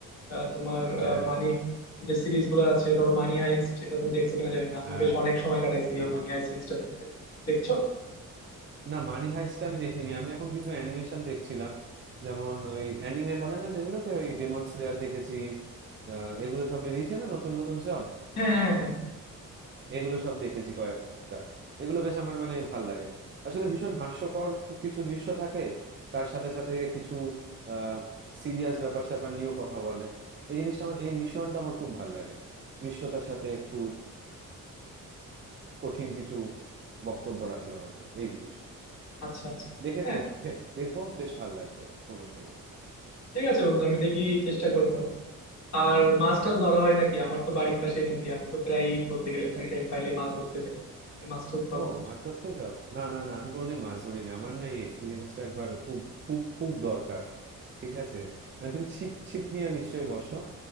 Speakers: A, on the left; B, on the right.
A: আহ, তোমার
B: হ্যাঁ
A: আহ, মানি যে সিরিজ গুলো আছে ধরো মানি হাইস্ট এটা তুমি দেখছো কিনা জানি না আমি
B: হ্যাঁ
A: বেশ অনেক সময় কাটাইছি
B: না
A: এই মানি
B: মা-
A: হাইস্ট সিরিজটা দেখতে দেখছো
B: না মানি হাইস্টটা আমি দেখিনি আমি এখন কিছু অ্যানিমেশন দেখছিলাম যেমন ওই অ্যানিমে বলে না যেগুলোকে ওই ডেমন স্লেয়ার দেখেছি আহ, এগুলো সব বেরিয়েছে না নতুন নতুন সব
A: হ্যাঁ হ্যাঁ হ্যাঁ
B: এগুলো সব দেখেছি কয়েকটা এগুলো বেশ আমার মানে ভাল লাগে আসলে ভীষণ হাস্যকর কিছু দৃশ্য থাকে তার সাথে সাথে কিছু আহ সিরিয়াস ব্যাপার স্যাপার নিয়েও কথা বলে এই জিনিসটা আমার এই মিশ্রণটা আমার খুব ভাল লাগে মিশ্রতার সাথে একটু কঠিন কিছু বক্তব্য রাখলো হয়তো এই জিনিসগুলো
A: আচ্ছা আচ্ছা
B: দেখে
A: হ্যাঁ
B: খে- দেখো বেশ ভালো লাগবে কোনো সময়
A: ঠিক আছে বন্ধু আমি দেখি চেষ্টা করব আর মাছ
B: হ্যাঁ
A: টাছ ধরা হয় নাকি আমার তো বাড়ির পাশেই নদী আমি তো প্রায় বলতে গেলে
B: তাই?
A: ফ্রি টাইম পাইলে মাছ ধরতে যাই তুমি মাছ টাছ ধরো
B: ও মাছ ধরতে যাও না না না আমি কোনোদিন মাছ ধরিনি আমার না এই এক্সপিরিয়েন্সটা একবার খুব খুব খুব দরকার ঠিক আছে মানে তুমি ছিপ ছিপ নিয়ে নিশ্চয়ই বসো